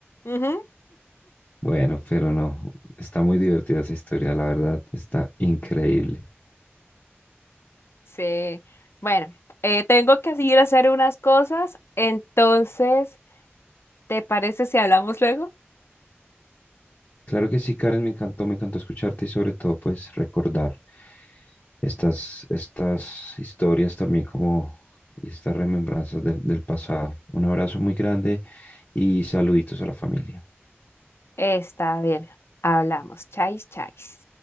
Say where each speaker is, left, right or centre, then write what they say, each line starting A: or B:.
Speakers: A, on the left (about 70°); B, on the left (about 35°).
A: Ujú.
B: Bueno, pero no, está muy divertida esa historia, la verdad, está increíble.
A: Sí. Bueno, eh, tengo que ir a hacer unas cosas, entonces, ¿te parece si hablamos luego?
B: Claro que sí, Karen, me encantó, me encantó escucharte y sobre todo pues recordar estas, estas historias también como y estas remembranzas del del pasado. Un abrazo muy grande y saluditos a la familia.
A: Está bien, hablamos. Chais, chais.